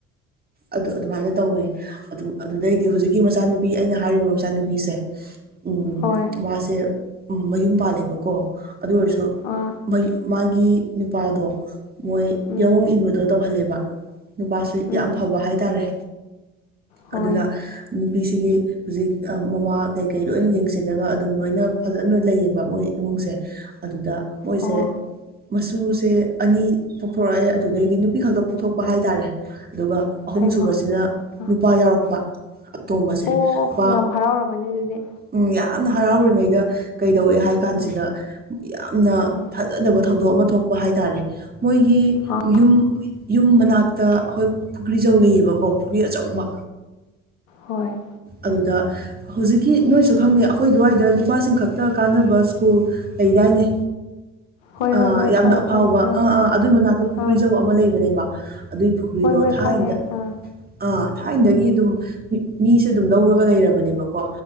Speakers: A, on the right (about 25°); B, on the left (about 70°).
A: ꯑꯗꯨ ꯑꯗꯨꯃꯥꯏꯅ ꯇꯧꯋꯦ ꯑꯗꯨ ꯑꯗꯨꯗꯩꯗꯤ ꯍꯧꯖꯤꯛꯀꯤ ꯃꯆꯥꯅꯨꯄꯤ ꯑꯩꯅ ꯍꯥꯏꯔꯤꯕ ꯃꯆꯥꯅꯨꯄꯤꯁꯦ ꯎꯝ
B: ꯍꯣꯏ
A: ꯃꯥꯁꯦ ꯎꯝ ꯃꯌꯨꯝ ꯄꯥꯜꯂꯦꯕꯀꯣ ꯑꯗꯨ ꯑꯣꯏꯔꯁꯨ
B: ꯑꯥ
A: ꯃꯥꯒꯤ ꯅꯨꯄꯥꯗꯣ ꯃꯣꯏ
B: ꯎꯝ
A: ꯌꯥꯑꯣꯡ ꯏꯟꯕꯗꯣ ꯇꯧꯍꯜꯂꯦꯕ ꯅꯨꯄꯥꯁꯤ
B: ꯎꯝ
A: ꯌꯥꯝ ꯐꯕ ꯍꯥꯏꯇꯥꯔꯦ
B: ꯍꯣꯏ
A: ꯑꯗꯨꯅ ꯅꯨꯄꯤꯁꯤꯒꯤ ꯍꯧꯖꯤꯛ ꯃꯃꯥ ꯀꯩꯀꯩ ꯂꯣꯏꯅ ꯌꯦꯡꯁꯤꯜꯂꯒ ꯑꯗꯨꯝ ꯂꯣꯏꯅ ꯐꯖꯅ ꯂꯩꯌꯦꯕ ꯃꯣꯏ ꯏꯃꯨꯡꯁꯦ ꯑꯗꯨꯗ ꯃꯣꯏꯁꯦ
B: ꯑꯣ
A: ꯃꯁꯨꯁꯦ ꯑꯅꯤ ꯄꯣꯛꯊꯣꯔꯛꯑꯦ ꯑꯗꯨꯗꯩꯗꯤ ꯅꯨꯄꯤ ꯈꯛꯇ ꯄꯣꯛꯊꯣꯛꯄ ꯍꯥꯏꯇꯥꯔꯦ ꯑꯗꯨꯒ ꯑꯍꯨꯝꯁꯨꯨꯕꯁꯤꯅ
B: ꯍꯩꯃꯥ ꯑꯥ
A: ꯅꯨꯄꯥ ꯌꯥꯎꯔꯛꯄ ꯑꯇꯣꯝꯕꯁꯦ
B: ꯑꯣ
A: ꯄꯥ
B: ꯌꯥꯝ ꯍꯔꯥꯎꯔꯝꯃꯅꯤ ꯑꯗꯨꯗꯤ
A: ꯎꯝ ꯌꯥꯝꯅ ꯍꯔꯥꯎꯔꯤꯉꯩꯗ ꯀꯩꯗꯧꯋꯦ ꯍꯥꯏ ꯀꯥꯟꯁꯤꯗ
B: ꯎꯝ
A: ꯌꯥꯝꯅ
B: ꯎꯝ
A: ꯊꯖꯗꯕ ꯊꯧꯗꯣꯛ ꯑꯃ ꯊꯣꯛꯄ ꯍꯥꯏꯇꯥꯔꯦ ꯃꯣꯏꯒꯤ
B: ꯑꯥ
A: ꯌꯨꯝ ꯌꯨꯝ ꯃꯅꯥꯛꯇ ꯑꯈꯣꯏ ꯄꯨꯈ꯭ꯔꯤꯖꯧ ꯂꯩꯌꯦꯕꯀꯣ ꯄꯨꯈ꯭ꯔꯤ ꯑꯆꯧꯕ
B: ꯍꯣꯏ
A: ꯑꯗꯨꯗ ꯍꯧꯖꯤꯛꯀꯤ ꯅꯣꯏꯁꯨ ꯈꯪꯅꯤ ꯑꯈꯣꯏ ꯑꯗꯨꯋꯥꯏꯗ ꯅꯨꯄꯥꯁꯤꯡ ꯈꯛꯇ ꯀꯥꯟꯅꯕ ꯁ꯭ꯀꯨꯜ ꯂꯩꯗꯥꯏꯅꯦ
B: ꯍꯣꯏ ꯍꯣꯏ
A: ꯑꯥ
B: ꯍꯣꯏ
A: ꯌꯥꯝꯅ
B: ꯈꯪꯉꯦ
A: ꯑꯐꯥꯎꯕ
B: ꯈꯪꯉꯦ
A: ꯑꯥ ꯑꯥ ꯑꯗꯨꯏ ꯃꯅꯥꯛꯇ ꯄꯨꯈ꯭ꯔꯤꯖꯧ
B: ꯑꯥ
A: ꯑꯃ ꯂꯩꯕꯅꯦꯕ ꯑꯗꯨꯏ ꯄꯨꯈ꯭ꯔꯤꯗꯣ
B: ꯍꯣꯏ ꯍꯣꯏ
A: ꯊꯥꯏꯅꯗ
B: ꯈꯪꯉꯦ ꯑꯥ
A: ꯑꯥ ꯊꯥꯏꯅꯗꯒꯤ ꯑꯗꯨꯝ ꯃꯤꯁꯦ ꯑꯗꯨꯝ ꯂꯧꯔꯒ ꯂꯩꯔꯕꯅꯦꯕꯀꯣ